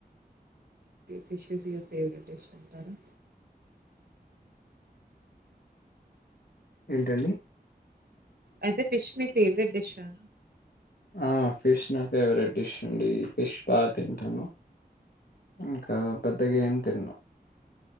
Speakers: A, on the right; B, on the left.
A: fish is your favourite dish అంటారా
B: ఏంటండి
A: అయితే ఫిష్ మీ ఫేవరెట్ డిష్ ఆ
B: ఆ ఫిష్ నా ఫేవరెట్ డిష్ అండి ఫిష్ బా తింటాను ఇంకా పెద్దగా ఏం తిన్ను,